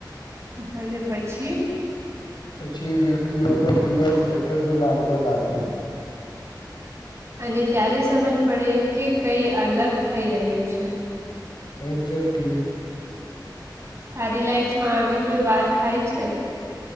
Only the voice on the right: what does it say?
અને પછી
અને ત્યારે સમજ પડે કે કઈ અલગ થઈ રહ્યું છે
તારી લાઈફમાં આવી કોઈ વાત થાય છે?